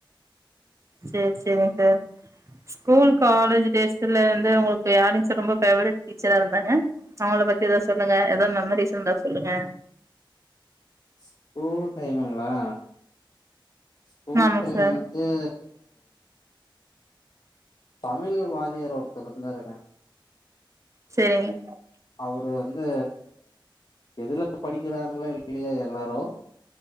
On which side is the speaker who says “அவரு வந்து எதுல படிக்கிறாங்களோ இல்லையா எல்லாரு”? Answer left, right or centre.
Left